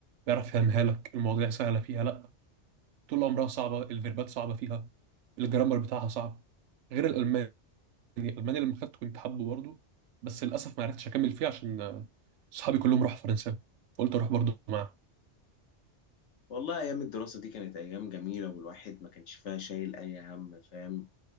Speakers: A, on the right; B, on the left.
A: بيعرف يفهمها لك المواضيع سهلة فيها لا طول عمرها صعبه الفيربات صعبه فيها الجرامر بتاعها صعب غير الالماني الالماني لما خدته كنت حابه برضه بس للاسف ما عرفتش اكمل فيه عشان آه، صحابي كلهم راحوا فرنسا فقلت اروح برضه معاهم
B: والله ايام الدراسه دي كانت ايام جميله والواحد ما كانش فيها شايل اي هم فاهم